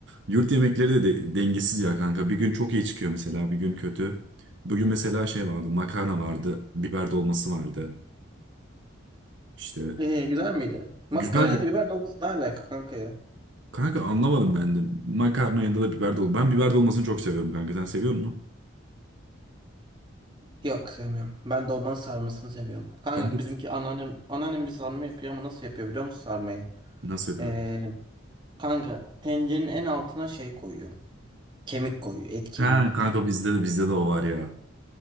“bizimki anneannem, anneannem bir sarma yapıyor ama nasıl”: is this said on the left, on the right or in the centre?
Right